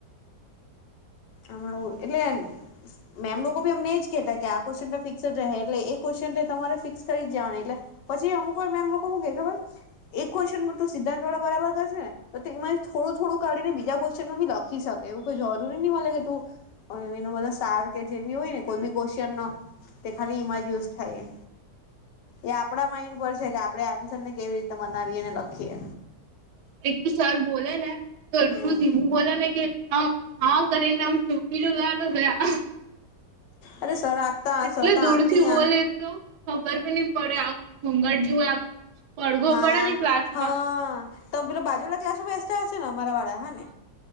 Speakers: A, on the left; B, on the right.
A: આમાંઉં એટલે સે મેમ લોકો બી અમને એજ કેતા કે આ ક્યુએશન ફિક્સ રહે એટલે એ ક્યુએશન તમારે ફિક્સ કરી જવાનું એટલે પછી અમુક વાર મેં મેમ લોકો હું કે ખબર હૈ એક ક્યુએશન નું તો સીધા પેલા બરાબર કરજ ને તો એમાં થોડ થોડું કાઢને બજા ક્વેશ્ચનમા ભી લખી શકે એવું કઈ જરૂર નહીં મલે કે તું અહ એના બધાં સાર કે જે ભી હોય ને કોઈ બી ક્યુએશન નો તે ખાલી એમાંજ યુઝ થાયએ. એ આપડા માઈન્ડ પર છે કે આપડે આનસ્વર ને કેવી રીતે મનાવીએ અને લખીએ.
B: એક તો સર બોલે ને તો એટલું
A: હમ
B: ધીમું બોલે ને કે આમ આમ કરીને આમ ચૂકી ને ગયા તો ગયા.
A: અરે સર આખતા
B: એટલે
A: સર તો
B: દૂરથી
A: આખતી આ
B: બોલે તો ખબર બી નહીં પડે આ ઘૂઘટ જેવું આમ પડઘો
A: હા
B: પડે ને ક્લાસમાં
A: હા તમે પેલો બાજુના ક્લાસરૂમમાં બેસ તા હસો ને અમારા વાળા હા ને